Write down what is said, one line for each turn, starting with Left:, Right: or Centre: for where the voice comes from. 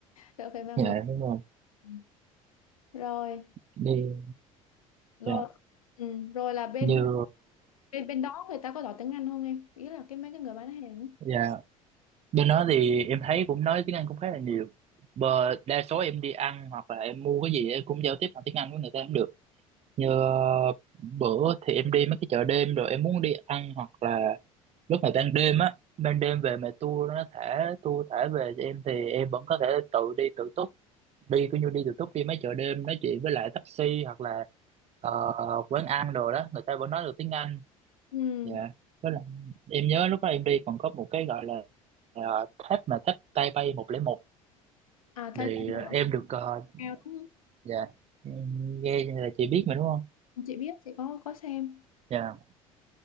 Left: đỡ phải mang
Right: dạ
Left: được
Right: đúng rồi
Left: Ừ. rồi
Right: đi
Left: rồi
Right: dạ
Left: ừ. rồi là bên
Right: như
Left: bên bên đó người ta có giỏi tiếng Anh không em ý là cái mấy cái người bán hàng á.
Right: dạ bên đó thì em thấy cũng nói tiếng Anh cũng khá là nhiều Bờ, đa số em đi ăn hoặc là em mua cái gì em cũng giao tiếp bằng tiếng Anh với người ta cũng được như ờ, bữa thì em đi mấy cái chợ đêm rồi em muốn đi ăn hoặc là lúc mà ban đêm á ban đêm về mà tour nó thả tour thả về cho em thì em vẫn có thể tự đi tự túc đi cứ như đi từ túc đi mấy chợ đêm nói chuyện với lại taxi hoặc là ờ, quán ăn đồ đó người ta vẫn nói được tiếng Anh
Left: ừ.
Right: dạ với lại em nhớ lúc đó em đi còn có một cái gọi là ờ, tháp mà tháp Tay Bay một không một
Left: à Taipei
Right: thì
Left: một là
Right: em
Left: một
Right: được ờ,
Left: kèo đúng không
Right: dạ em nghe là chị biết mà đúng không
Left: chị biết chị có có xem
Right: dạ